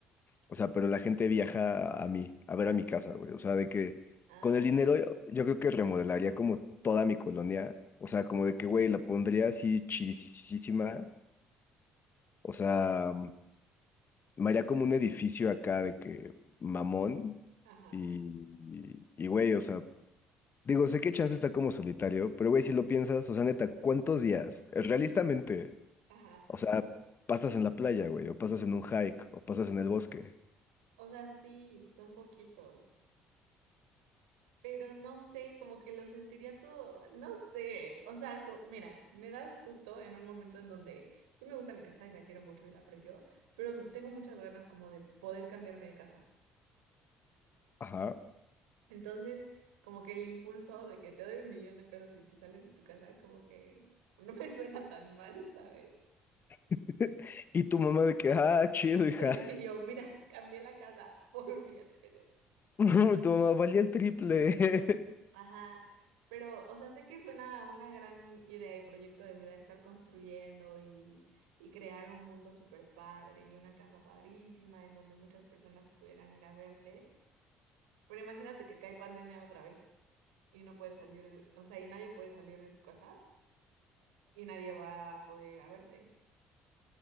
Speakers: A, on the left (about 40°); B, on the right (about 75°).
A: O sea, pero la gente viaja a mí, a ver a mi casa, güey. O sea, de que
B: Ah,
A: con el dinero yo, yo creo que remodelaría como toda mi colonia. O sea, como de que, güey, la pondría así chidisísima. O sea, me haría como un edificio acá de que mamón.
B: ajá,
A: Y, y, y, güey, o sea, digo, sé que Chance está como solitario, pero güey, si lo piensas, o sea, neta, ¿cuántos días? Realistamente,
B: ajá.
A: o sea, pasas en la playa, güey, o pasas en un hike, o pasas en el bosque.
B: O sea, sí, son poquitos. Pero no sé, como que lo sentiría todo, no sé. O sea, co- mira, me das justo en un momento en donde sí me gusta mi casa y la quiero mucho y la aprecio, pero tengo muchas ganas como de poder cambiarme de casa.
A: Ajá.
B: Entonces, como que el impulso de que te doy un millón de pesos y te sales de tu casa, como que <laughs> no me suena tan mal, ¿sabes? <laughs>
A: <laughs> Y tu mamá de que, ah, chido, hija.
B: Y yo, mira, cambié la casa por un millón de pesos.
A: <laughs> Y tu mamá valía el triple. <laughs>
B: Ajá, pero, o sea, sé que suena una gran idea y proyecto de vida estar construyendo y, y crear un mundo súper padre y una casa padrísima en donde muchas personas pudieran ir a verte. Pero imagínate que cae pandemia otra vez y no puedes salir, de- o sea, y nadie puede salir de su casa y nadie va a poder ir a verte.